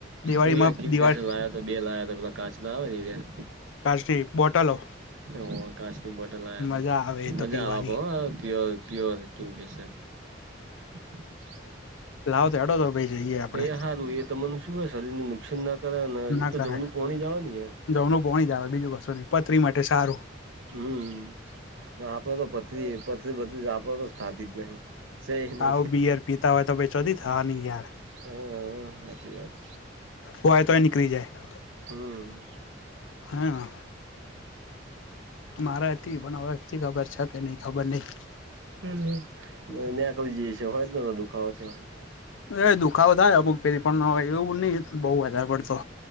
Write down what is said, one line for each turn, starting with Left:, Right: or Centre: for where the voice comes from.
Left: દિવાળીમાં
Right: હુએ કિંગફિશર
Left: દિવાળી
Right: લાયો તો બે લાયો તો પેલા કાચના આવે ને એર્યા.
Left: કાચની બોટલો?
Right: હું એ કાચની બોટલ લાયો
Left: મજા
Right: તો.
Left: આવે એ
Right: મજા
Left: તો પીવાની
Right: આવે પણ હહ આ પ્યોર પ્યોર કિંગફિશર. <inaudible>
Left: લાવ તો હેંડો તો પછી જઈએ આપડે
Right: એ હારું એ તમને શુંય શરીરને <unintelligible>
Left: ના
Right: <unintelligible> તો
Left: કરે
Right: જવનું પોણી જ આવે ન યાર
Left: જમનું પોણી જ આવે બીજું કશું નહી પથરી માટે સારું
Right: હમ આપડે તો પથરી પથરી બધું જ આપડે તો થતી જ નહી. સઈ નહિ
Left: આવું બીયર પીતા હોય તો ભાઈ ચોથી થવાની યાર
Right: હા સાચી વાત.
Left: હોય તોય નીકળી જાય.
Right: હમ.
Left: હા મારે હતી પણ હવે શિ ખબર છે કે નહી ખબર નહી.
Right: <unintelligible> હોય ને દુખાવો થયો હોય.
Left: એ દુખાવો થાય અમુક ફેરી પણ એવું નહિ બહુ વધારે પડતો.